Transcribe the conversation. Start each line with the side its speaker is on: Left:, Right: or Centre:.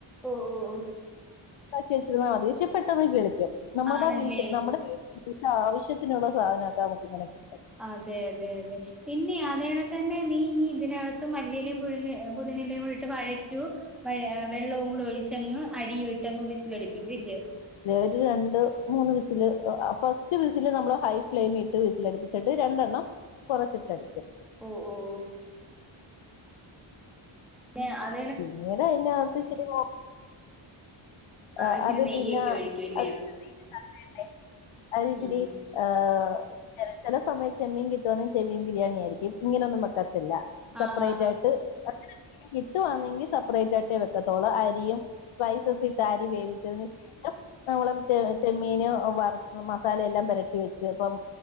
Centre: ഓഹ് ഓഹ് ഓഹ്
Left: വെച്ചിര്ന്നാ മതി പക്ഷേ പെട്ടെന്ന് കിളിക്കും നമ്മടെ
Centre: ആണല്ലേ
Left: വീശ് നമ്മടെ വീട്ട്ലാവശ്യത്ത്ന്ള്ള സാധനവൊക്കെ നമക്കിങ്ങനെ കിട്ടും
Centre: അതെ അതെ അതെ പിന്നെ അതേയണക്കെന്നെ നീ ഈയിതിനക ത്ത് മല്ലിയെലേം പൊതിന്ന പുതിനെലേം കൂടെ ഇട്ട് വഴറ്റുവോ വെള്ളവും കൂടെ ഒഴിച്ചങ്ങ് അരിയുവിട്ടങ്ങ് വിസിലടിപ്പിക്കുവില്ല്യോ
Left: ഞാന്ന് രണ്ട് മൂന്ന് വിസില് ഫസ്റ്റ് വിസില് നമ്മ്ള് ഹൈ ഫ്ലെയിമീ ഇട്ട് വിസിലട്പ്പിച്ചട്ട് രണ്ടെണ്ണം കൊറച്ച്ട്ടടിക്കും
Centre: ഓഹ് ഓഹ് പിന്നെ അത്
Left: പിന്നീട് അയിനാത്തിച്ചിരി കോ ആ
Centre: ഇച്ചിരി
Left: അത്
Centre: നെയ്യൊക്കെ
Left: പിന്നെ ആ
Centre: ഒഴിക്കുംല്ലേ
Left: വേണ്ടേ അത് ഇച്ചിരി
Centre: ഉം ഉം
Left: ഏ് ച ചില സമയത്ത് ചെമ്മീൻ കിട്ടുവന്ന ചെമ്മീൻ ബിരിയാണി ആയിരിക്കും ഇങ്ങനെയൊന്നും വെക്കത്തില്ല
Centre: ആ
Left: സെപ്പറേറ്റ്
Centre: ആ
Left: ആയിട്ട് കിട്ടു വന്നെങ്കിൽ സെപ്പറേറ്റ് ആയിട്ടേ വെക്കത്തോളൂ അരിയും സ്പൈസസ്
Centre: ആ
Left: ഇട്ട് അരി വേവിച്ചത് ശേ ഷം നമ്മള് ചെമ്മീന് വറ മസാലയെല്ലാം വരട്ടി വെച്ച് ഇപ്പം